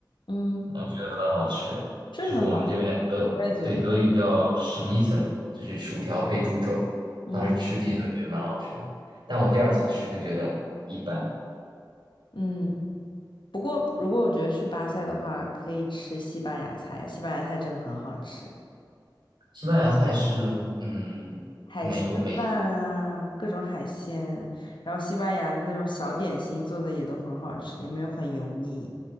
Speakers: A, on the left; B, on the right.
A: 嗯，
B: 我觉得很好吃，
A: 是很好吃的，
B: 就是我们这边德，
A: 我也觉得，
B: 对，德语叫 Schnitzel，就是薯条配猪肘。
A: 嗯
B: 当时吃第一顿觉得蛮好吃，但我第二次吃就觉得一般。
A: 嗯。不过如果我觉得去巴塞的话，可以吃西班牙菜，西班牙菜真的很好吃。
B: 西班牙菜是嗯哪种类型？
A: 海鲜饭啊，各种海鲜，然后西班牙的那种小点心做的也都很好吃，也没有很油腻，